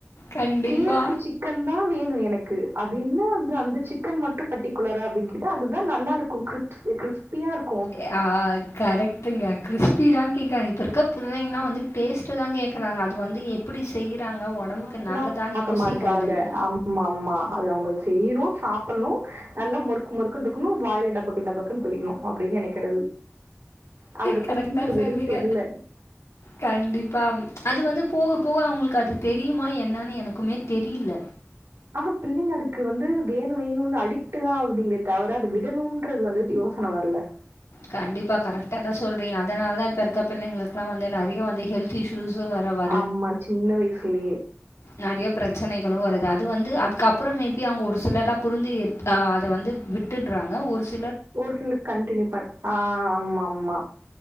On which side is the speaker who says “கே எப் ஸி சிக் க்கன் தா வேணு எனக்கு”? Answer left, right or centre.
Right